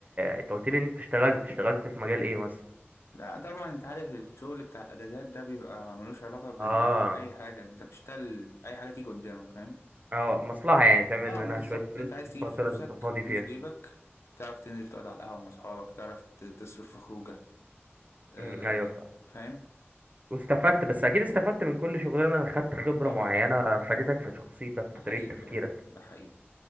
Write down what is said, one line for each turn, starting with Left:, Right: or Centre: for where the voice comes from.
Right: انت قلت لي ان انت اشتغلت اشتغلت في مجال ايه مثلا
Left: لا طبعا انت عارف الشغل بتاع الاجازات ده بيبقى ملوش علاقة بال-
Right: اه
Left: بأي حاجة انت بتشتغل اي حاجة تيجي قدامك فاهم
Right: اه مصلحة يعني تعمل
Left: اه
Right: منها
Left: بالظبط
Right: شوية فلوس
Left: انت عايز
Right: في
Left: تجيب
Right: الفترة
Left: فلوسك
Right: اللي انت فاضي
Left: فلوس
Right: فيها
Left: جيبك تعرف تنزل تقعد على القهوة مع اصحابك تعرف ت- تصرف في خروجة آه
Right: امم ايوه فاهم
Left: فاهم
Right: واستفدت بس اكيد استفدت من كل شغلانة خدت خبرة
Left: طبعا
Right: معينة فادتك في شخصيتك
Left: ده
Right: في
Left: حقيقي
Right: طريقة تفكيرك
Left: فعلا ده حقيقي